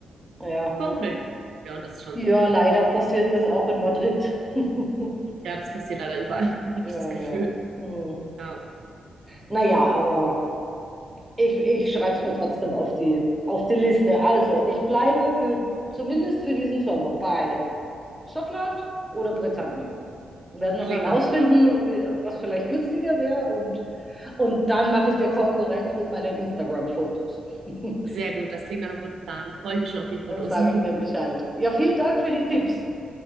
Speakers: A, in the centre; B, on the right (about 70°).
A: ja.
B: warum denn? nicht?" Ja, und das ist schon,
A: Ja, leider passiert das auch in Madrid. <laughs>
B: ja, das passiert leider überall, <laughs> habe ich
A: Ja,
B: das Gefühl.
A: ja. Hm.
B: Ja,
A: Naja, aber ich, ich schreibe es mir trotzdem auf die, auf die Liste. Also, ich bleibe für zumindest für diesen Sommer bei Schottland oder Bretagne. Wir werden noch
B: klingt
A: herausfinden,
B: nach einem super Plan.
A: wie- was vielleicht günstiger wäre und, und dann mache ich dir Konkurrenz mit meinen Instagram-Fotos. <laughs>
B: Sehr gut, das klingt nach einem guten Plan. Freue ich mich schon auf die Fotos.
A: Dann sage
B: <laughs>
A: ich dir Bescheid. Ja, vielen Dank für die Tipps.